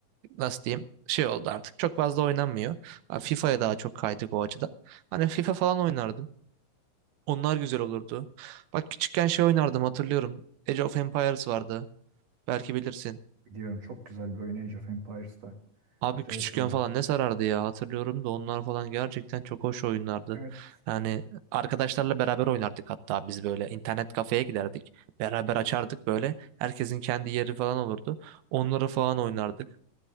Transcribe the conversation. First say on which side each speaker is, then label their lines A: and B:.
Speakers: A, on the right; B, on the right.
A: nasıl diyeyim şey oldu artık. Çok fazla oynanmıyor. Ha, FIFA'ya daha çok kaydık o açıdan. Hani FIFA falan oynardım. Onlar güzel olurdu. Bak küçükken şey oynardım hatırlıyorum. Age of Empires vardı. Belki bilirsin.
B: Biliyorum çok güzel bir oyun Age of Empires'ta.
A: Abi
B: Acayip
A: küçükken
B: bir oyundu.
A: falan ne sarardı ya hatırlıyorum da onlar falan gerçekten çok hoş oyunlardı.
B: Evet.
A: Yani arkadaşlarla beraber oynardık hatta biz böyle internet kafeye giderdik. Beraber açardık böyle herkesin kendi yeri falan olurdu. Onları falan oynardık.